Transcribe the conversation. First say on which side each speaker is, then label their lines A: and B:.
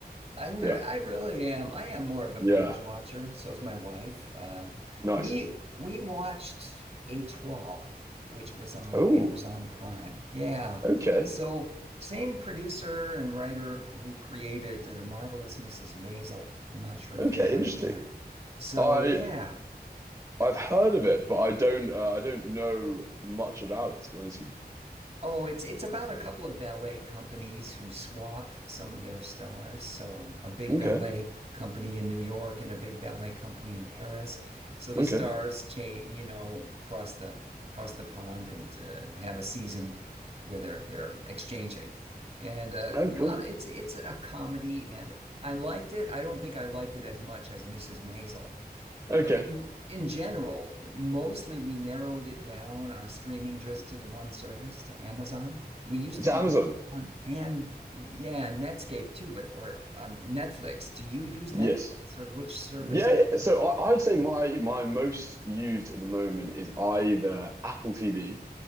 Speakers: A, on the right; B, on the right.
A: I re
B: yeah,
A: I really am. I am more of a
B: yeah,
A: binge watcher. So is my wife. Uh,
B: nice.
A: we we watched Étoile, which was on
B: Oh,
A: Amazon Prime. Yeah.
B: okay,
A: So same producer and writer who created The Marvelous Mrs. Maisel. I'm not sure if
B: okay,
A: you heard
B: interesting.
A: of that. So
B: I,
A: yeah,
B: I've heard of it, but I don't, uh, I don't know much about it, to be honest with
A: Oh, it's it's about a couple of ballet companies who swap some of their stars. So um, a big
B: you. Okay,
A: ballet company in New York and a big ballet company in Paris. So the
B: okay.
A: stars cha you know, cross the cross the pond and uh, have a season where they're they're exchanging. And uh,
B: Oh,
A: a
B: cool.
A: lot it's it's a comedy and I liked it. I don't think I liked it as much as Mrs. Maisel.
B: Okay.
A: But in in general, it, mostly we narrowed it down our streaming just to the one service, to Amazon. We used to
B: To
A: have
B: Amazon.
A: Amazon and yeah, Netscape too, but or um, Netflix. Do you use
B: Yes.
A: Netflix or which service?
B: Yeah, yeah. So I, I'd say my my most used at the moment is either Apple TV,